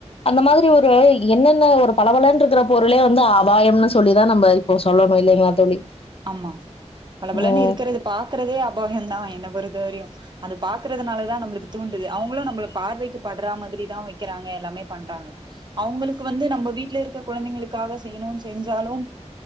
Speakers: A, on the left; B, on the right.
A: அந்த மாதிரி ஒரு என்னென்ன ஒரு பளப்பளன்ருக்கற பொருளே வந்து அபாயம்னு சொல்லி தா நம்ப இப்போ சொல்லணு இல்லைங்களா தோழி
B: ஆமா பல பலன்னு
A: ம்
B: இருக்குறது பாக்குறதே அபாயம் தான் என்ன பொருத்த வரியும். அது பாக்குறதுனாலதான் நம்மளுக்கு தூண்டுது அவங்களும் நம்பள பார்வைக்கு படுற மாரி தான் வக்கிறாங்க எல்லாமே பண்றாங்க அவங்களுக்கு வந்து நம்ப வீட்ல இருக்க கொழந்தைங்களுக்காக செய்யணும் செஞ்சாலும்